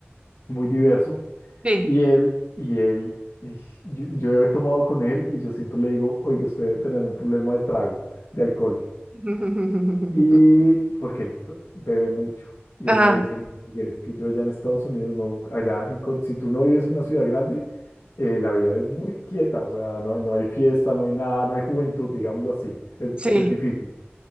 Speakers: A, on the left; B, on the right.
A: muy diverso
B: sí.
A: y él, y él, y yo, yo he tomado con él y yo siempre le digo, oiga, usted debe tener un problema de trago, de alcohol.
B: <laughs>
A: Y porque él to- bebe mucho. Y
B: Ajá,
A: él me dice, "No, Miguel, es que yo allá en Estados Unidos, no, allá, en co- si tú no vives en una ciudad grande, eh, la vida es muy quieta, o sea, no hay, no hay fiesta, no hay nada, no hay juventud, digámoslo así. Es,
B: sí.
A: es difícil.